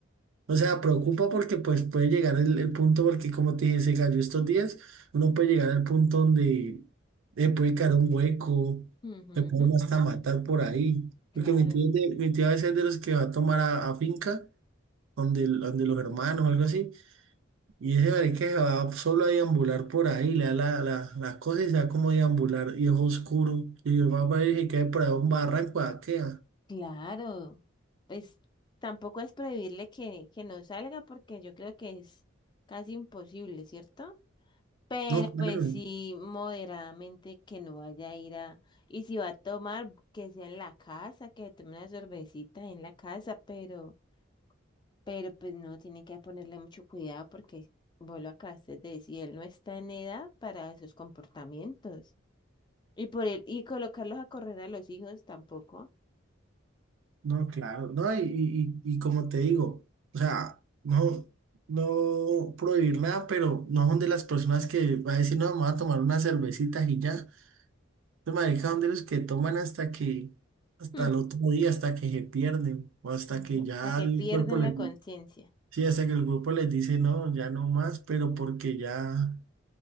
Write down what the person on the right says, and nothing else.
o sea, preocupa porque pues puede llegar el, el punto, porque como te dije, se cayó estos días, uno puede llegar al punto donde le puede caer un hueco,
le pueden
hasta matar por ahí.
Porque mi tío, es de- mi tío a veces es de los que va a tomar a, a finca, donde, el- donde los hermanos o algo así, y ese marica se va solo a deambular por ahí, le da la, la, las cosas y se va como a deambular, y es oscuro, y yo papá dije que cae por ahí un barranco, ¿a qué?
No, claro,
no, claro, no, y, y, y y como te digo, o sea, no, no prohibir nada, pero no son de las personas que va a decir, no, vamos a tomar unas cervecitas y ya. Los maricas son de los que toman hasta que, hasta
el otro día, hasta que se pierden, o hasta
que ya
el
cuerpo les,
sí, hasta que el grupo les dice, no, ya no más, pero porque ya,